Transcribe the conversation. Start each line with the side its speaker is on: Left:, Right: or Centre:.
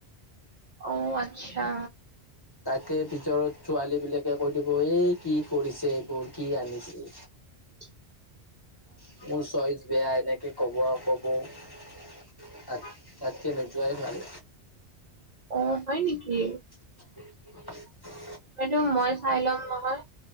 Right: অ, আচ্ছা।
Left: তাকে ভিতৰত ছোৱালী বিলাকে কৈ দিব এই কি কৰিছে এইবোৰ কি আনিছে?
Right: <unintelligible>
Left: মোৰ চইচ বেয়া এনেক কে ক'ব আৰ ক'ব তাত-তাতকে নোযোৱাই ভাল
Right: অ, হয় নেকি?
Left: <unintelligible>
Right: সেইটো মই চাই ল'ম নহয়